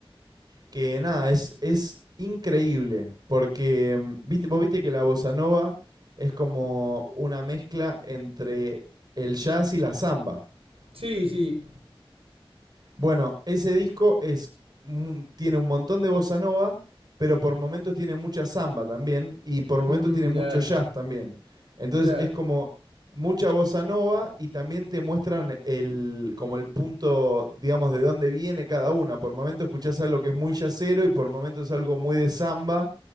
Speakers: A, on the right; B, on the right.
A: que nada, es, es increíble, porque mm, viste, vos viste que la bossa nova es como una mezcla entre el jazz y la samba.
B: Sí, sí.
A: Bueno, ese disco es, mu- tiene un montón de bossa nova, pero por momentos tiene mucha samba también y por momentos
B: Mm,
A: tiene mucho
B: ya,
A: jazz también. Entonces
B: ya.
A: es como mucha bossa nova y también te muestran el, como el punto, digamos, de dónde viene cada una. Por momentos escuchás algo que es muy jazzero y por momentos algo muy de samba